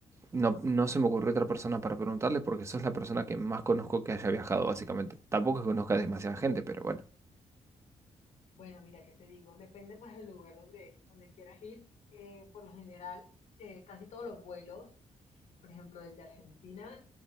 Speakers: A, on the right; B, on the left.
A: no, no se me ocurrió otra persona para preguntarle porque sos la persona que más conozco que haya viajado, básicamente. Tampoco es que conozca demasiada gente, pero bueno,
B: Bueno, mira, ¿qué te digo? Depende pues del lugar donde, donde quieras ir. Eh, por lo general, eh, casi todos los vuelos, por ejemplo, desde Argentina,